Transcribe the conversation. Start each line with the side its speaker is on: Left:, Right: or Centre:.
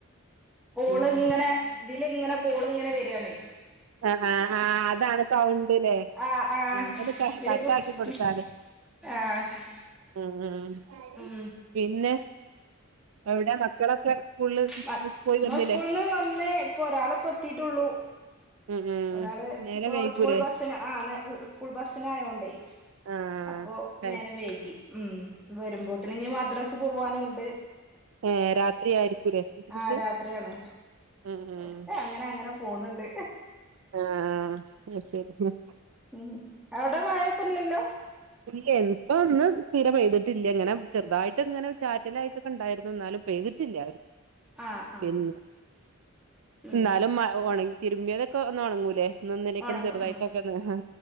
Centre: കോള്
Right: ഉം
Centre: ഇങ്ങനെ ഇതില് ഇങ്ങനെ കോള് ഇങ്ങനെ വരാണ്.
Right: ആഹ് ആഹ് ആഹ് അതാണ് സൗണ്ട്ല്ലേ
Centre: ആഹ് ആഹ്
Right: ഒന്ന്
Centre: ഇതിലിപ്പോ
Right: കട്ടാക്കി കൊടുത്താതി
Centre: ഉം. ആഹ്
Right: ഉം ഉം
Centre: ഉം
Right: പിന്നെ എവിടെ മക്കളൊക്കെ? സ്കൂളില്
Centre: <unintelligible>
Right: പോയി വന്നില്ലേ
Centre: സ്കൂൾ നിന്ന് വന്നെ, ഇപ്പോ ഒരാള് ഇപ്പോ എത്തിയിട്ടേയുള്ളൂ.
Right: ഉം ഉം
Centre: ഒരാള്
Right: നേരം
Centre: ഇപ്പോ
Right: വൈകൂലേ
Centre: സ്കൂൾ ബസ്. ത്തിന് ആഹ് നേ സ്കൂൾ ബസിന് ആയോണ്ട്,
Right: ആഹ്
Centre: അപ്പോ
Right: ടൈം
Centre: നേരം വൈകി ഉം. വരുമ്പോത്തിന് ഇനി മദ്രസിൽ പോവാനുണ്ട്.
Right: ഏഹ് രാത്രി ആയിരിക്കൂലേ മദ്രസ
Centre: ആഹ് രാത്രിയാണ്.
Right: ഉം ഉം
Centre: ഒക്കെ അങ്ങനെ അങ്ങനെ പോണുണ്ട്.
Right: ആഹ് അത് ശരി
Centre: ഉം അവിടെ മഴ ഇപ്പോ ഇല്ലല്ലോ?
Right: ഇല്ല ഇപ്പം ഒന്ന് തീരെ പെയ്തിട്ടില്ല, ഇങ്ങനെ ചെറുതായിട്ട് ഇങ്ങനെ ചാറ്റലായിട്ടൊക്കെ ഉണ്ടായിരുന്നു എന്നാലും. പെയ്തിട്ടില്ല
Centre: ആഹ് ആഹ്
Right: പിന്നെ
Centre: ഉം
Right: എന്നാലും മഴ ഉണങ്ങി തിരുമ്പിയതൊക്കെ ഒന്ന് ഉണങ്ങൂലേ. ഇന്നും ഇന്നലൊക്കെ
Centre: ഒണങ്ങും
Right: ചെറുതായിട്ടൊക്കെന്ന
Centre: ഉം